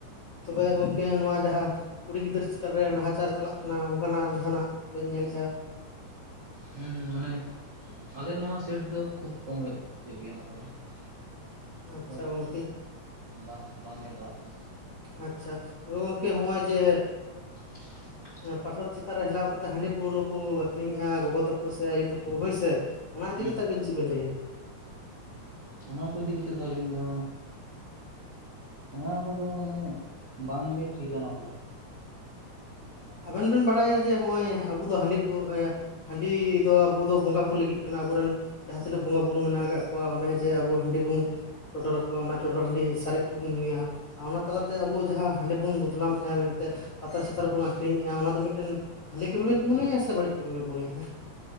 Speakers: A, on the left (about 55°); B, on the right (about 60°).
A: ᱛᱚᱵᱮ ᱜᱚᱝᱠᱮ ᱱᱚᱣᱟ ᱡᱟᱦᱟᱸ ᱠᱩᱲᱤ ᱜᱤᱫᱟᱹᱨ ᱪᱮᱛᱟᱱ ᱨᱮ ᱱᱟᱦᱟᱪᱟᱨ ᱪᱟᱞᱟᱜ ᱠᱟᱱᱟ ᱚᱝᱠᱟᱱᱟᱜ ᱡᱟᱦᱟᱱᱟᱜ ᱵᱤᱱ ᱧᱮᱞᱮᱜᱼᱟ?
B: ᱦᱩᱸ ᱦᱩᱸ ᱢᱟᱱᱮ ᱟᱞᱮ ᱱᱚᱣᱟ ᱥᱟᱹᱭᱤᱰ ᱫᱚ ᱠᱷᱩᱵ ᱠᱚᱢ ᱦᱩᱭᱩᱜ ᱦᱩᱭᱩᱜ ᱜᱮᱭᱟ ᱱᱚᱣᱟ ᱠᱚᱫᱚ ᱾ ᱚᱝᱠᱟ
A: ᱟᱪᱪᱷᱟ
B: ᱫᱚ
A: ᱜᱚᱝᱠᱮ
B: ᱵᱟᱝ ᱵᱟᱝ ᱧᱮᱞ ᱵᱟᱲᱟᱜ ᱠᱟᱱᱟ ᱾
A: ᱟᱪᱪᱷᱟ ᱛᱚᱵᱮ ᱜᱚᱝᱠᱮ ᱦᱚᱸᱜᱼᱚᱭ ᱡᱮ
B: <inaudible>
A: ᱟᱸ ᱯᱟᱛᱟ ᱪᱷᱟᱛᱟ ᱨᱮ ᱦᱮᱞᱟᱣ ᱠᱟᱛᱮᱜ ᱦᱟᱺᱰᱤ ᱯᱟᱹᱣᱨᱟᱹ ᱠᱚ ᱟᱠᱷᱨᱤᱧᱮᱜ-ᱟ ᱜᱚᱜᱚ ᱛᱟᱠᱚ ᱥᱮ ᱟᱭᱩ ᱛᱟᱠᱚ ᱦᱳᱭᱥᱮ, ᱚᱱᱟ ᱤᱫᱤ
B: ᱦᱩᱸ
A: ᱠᱟᱛᱮᱜ ᱟᱵᱤᱱ ᱪᱮᱜ ᱵᱤᱱ ᱞᱮᱭᱟ?
B: ᱚᱱᱟ ᱠᱚ ᱤᱫᱤ ᱠᱟᱛᱮᱜ ᱫᱚ ᱟᱹᱞᱤᱧ ᱫᱚ ᱚᱱᱟ ᱠᱚᱫᱚ ᱢᱟᱱᱮ ᱵᱟᱝᱜᱮ ᱴᱷᱤᱠᱟ ᱚᱱᱟ ᱠᱚᱫᱚ ᱾ <unintelligible>
A: ᱟᱵᱮᱱ ᱵᱮᱱ ᱵᱟᱰᱟᱭᱟ ᱡᱮ ᱦᱚ-ᱚᱭ ᱟᱵᱚ ᱫᱚ ᱦᱟᱹᱰᱤ ᱯᱟᱹᱣᱟᱹ ᱦᱟᱹᱰᱤ ᱫᱚ ᱟᱵᱚ ᱫᱚ ᱵᱚᱸᱜᱟ ᱠᱚ ᱞᱟᱹᱜᱤᱫ ᱠᱟᱱᱟ ᱟᱵᱚᱨᱮᱱ ᱡᱟᱦᱟᱸ ᱛᱤᱱᱟᱹᱜ ᱵᱚᱸᱜᱟ ᱵᱩᱨᱩ ᱢᱮᱱᱟᱜ ᱠᱟᱜ ᱠᱚᱣᱟ ᱚᱱᱮ ᱡᱮ ᱟᱵᱚ ᱦᱟᱹᱰᱤ ᱵᱩᱱ ᱪᱚᱰᱚᱨ ᱟᱠᱚᱣᱟ ᱚᱱᱟ ᱪᱚᱰᱚᱨ ᱦᱟᱹᱰᱤ ᱥᱟᱨᱮᱡ ᱠᱚᱵᱚᱱ ᱧᱩᱭᱟ᱾ ᱚᱱᱟ ᱛᱟᱞᱟᱛᱮ ᱟᱵᱚ ᱡᱟᱦᱟᱸ ᱦᱟᱹᱰᱤ ᱵᱚᱱ ᱵᱚᱫᱱᱟᱢ ᱢᱮᱱᱛᱮ ᱯᱟᱛᱟ ᱪᱷᱛᱟ ᱨᱮ ᱵᱚᱱ ᱟᱹᱠᱷᱨᱤᱧᱮ-ᱟ ᱚᱱᱟ ᱫᱚ ᱢᱤᱫᱴᱮᱱ ᱵᱷᱟᱹᱞᱤ ᱠᱟᱹᱢᱤ ᱵᱮᱱ ᱢᱚᱱᱮᱭᱟ ᱥᱮ ᱵᱟᱹᱲᱤᱡ ᱠᱟᱹᱢᱤ ᱵᱮᱱ ᱢᱚᱱᱮᱭᱟ?